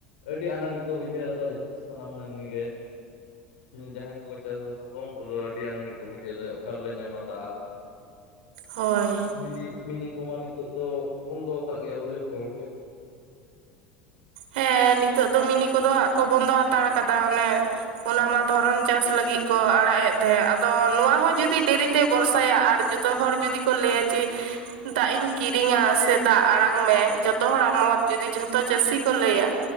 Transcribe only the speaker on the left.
ᱟᱹᱰᱤ ᱟᱱᱟᱴ ᱜᱮ ᱠᱚ ᱵᱩᱡᱷᱟᱹᱣᱟᱠᱚᱣᱟ ᱡᱚᱛ ᱥᱟᱱᱟᱢ ᱢᱟᱹᱱᱢᱤ ᱜᱮ᱾ ᱡᱟᱦᱟᱸᱭ ᱠᱚᱠᱚ ᱪᱟᱥᱵᱟᱥ ᱟᱠᱚ ᱩᱱᱠᱩ ᱫᱚ ᱟᱹᱰᱤ ᱟᱱᱟᱴ ᱜᱮ ᱠᱚ ᱵᱩᱡᱷᱟᱹᱣ ᱮᱫᱟ ᱚᱠᱟ ᱨᱮᱞᱮ ᱧᱟᱢᱟ ᱫᱟᱜ᱾ <inaudible>
ᱢᱤᱱᱤ ᱢᱤᱱᱤ ᱠᱚᱢᱟ ᱱᱤᱛᱚᱜ ᱫᱚ, ᱵᱚᱱᱫᱚ ᱟᱠᱟᱫ ᱜᱮᱭᱟ ᱠᱚ ᱡᱷᱚᱛᱚ ᱦᱚᱲ ᱜᱮ᱾